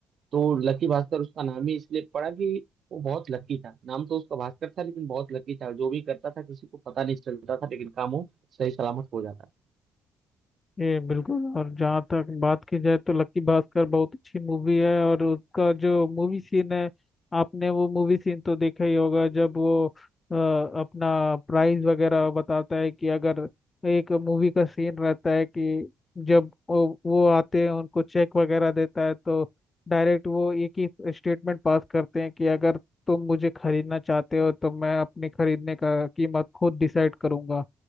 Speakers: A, on the right; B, on the left.
A: तो लकी भास्कर उसका नाम ही इसलिए पड़ा कि वो बहुत लकी था नाम तो उसका भास्कर था लेकिन बहुत लकी था जो भी करता था किसी को पता नहीं चलता था लेकिन काम वो सही सलामत हो जाता
B: ये बिल्कुल और जहाँ तक बात की जाए तो लक्की भास्कर बहुत अच्छी मूवी है और उसका जो मूवी सीन है आपने वो मूवी सीन तो देखा ही होगा जब वो अ, अपना प्राइस वगैरह बताता है कि अगर एक मूवी का सीन रहता है कि जब वो, वो आते हैं उनको चेक वगैरह देता है तो डायरेक्ट वो एक ही स्टेटमेंट पास करते हैं कि अगर तुम मुझे खरीदना चाहते हो तो मैं अपने खरीदने का कीमत खुद डिसाइड करूंगा